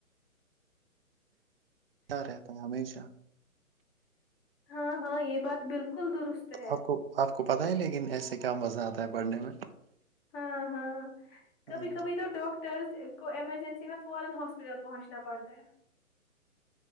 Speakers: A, on the right; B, on the left.
A: کیا رہتا ہے ہمیںشہ
B: ہاں ہاں یہ بات بالکل درست ہے
A: آپ کو آپ کو پتہ ہے لیکن ایسے کیا مزہ آتا ہے پڑھنے میں
B: ہاں ہاں کبھی
A: ہاں جی
B: کبھی تو ڈاک ٹر کو ایمرجنسی میں فورا ہاسپٹل پہنچنا پڑتا ہے